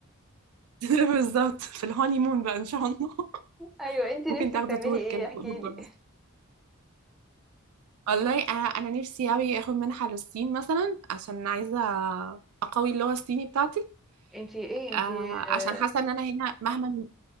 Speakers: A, on the right; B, in the centre.
A: <laughs> بالظبط في الهانيمون بقى ان شاء الله <laughs>
B: ايوه انتي
A: ممكن
B: نفسك
A: تاخدوا
B: تعملي
A: تور
B: ايه
A: كده
B: احكي
A: في اوروبا
B: لي
A: بس والله انا انا نفسي قوي اخد منحة للصين مثلا عشان عايزة اقوي اللغة الصيني بتاعتي
B: انتي ايه انتي
A: آه
B: آه،
A: عشان حاسة ان انا هنا مهما